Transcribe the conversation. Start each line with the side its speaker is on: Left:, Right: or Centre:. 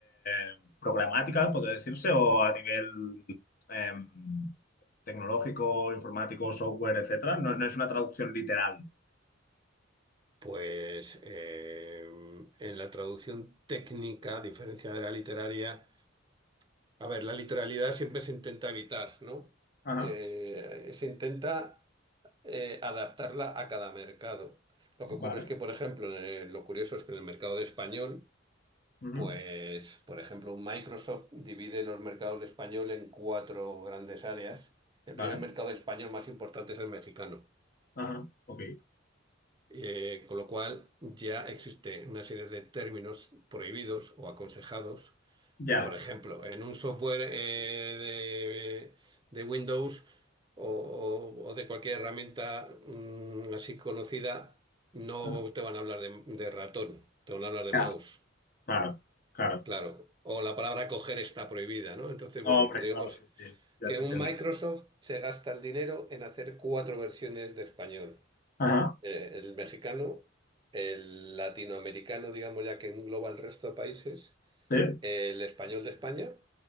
Left: eh, programática, podría decirse, o a nivel em, tecnológico, informático, software, etcétera. No, no es una traducción literal.
Right: Pues eh, en la traducción técnica, a diferencia de la literaria, a ver, la literalidad siempre se intenta evitar, ¿no?
Left: Ajá,
Right: Eh, se intenta eh, adaptarla a cada mercado. Lo
Left: vale.
Right: que ocurre es que, por ejemplo, en el- lo curioso es que en el mercado de español
Left: Ujú,
Right: Pues, por ejemplo, Microsoft divide los mercados de español en cuatro grandes áreas. El
Left: Vale,
Right: primer mercado de español más importante es el mexicano,
Left: ajá, ok.
Right: eh, con lo cual ya existe una serie de términos prohibidos o aconsejados.
Left: Ya.
Right: Por ejemplo, en un software eh, de, de Windows o, o- o de cualquier herramienta mm, así conocida, no
Left: Ajá.
Right: te van a hablar de de ratón, te van a hablar de
Left: Ya.
Right: mouse.
Left: Claro, claro.
Right: Claro, o la palabra coger está prohibida, ¿no? Entonces,
Left: Hombre,
Right: bueno, pues digamos
Left: claro, sí, sí, ya
Right: que
Left: te
Right: un
Left: entiendo.
Right: Microsoft se gasta el dinero en hacer cuatro versiones de español.
Left: Ajá,
Right: Eh, el mexicano, el latinoamericano, digamos ya que engloba el resto de países,
Left: sí,
Right: el español de España